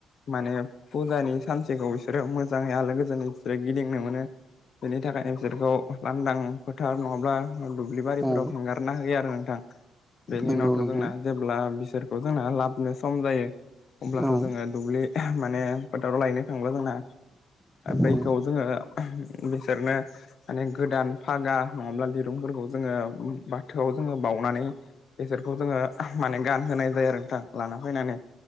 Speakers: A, on the left (about 55°); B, in the centre.
A: माने फुजानि सानसेखौ बिसोरो मोजाङै आलो गोजोनै बिसोरो गिदिंनो मोनो बेनि थाखाय न बिसोरखौ लांदां फोथार नङाब्ला दुब्लिबारिफोराव
B: औ नंगौ। औ
A: हेंगारना होयो आरो नोंथां बेनि
B: नंगौ
A: उनावथ'
B: नोंथां
A: जोंना जेब्ला बिसोरखौ जोंना लाबनो सम जायो अब्लाथ'
B: औ
A: जोंङो दुब्लि माने फोथाराव लायनो थांला जोंना बैखौ
B: औ
A: जोंङो बिसोरनो माने गोदान फागा नङाब्ला दिरुंफोरखौ जोंङो बाथोआव जोंङो बाउनानै बेसोरखौ जोंङो माने गानहोनाय जायो आरो नोंथां लाना फैनानै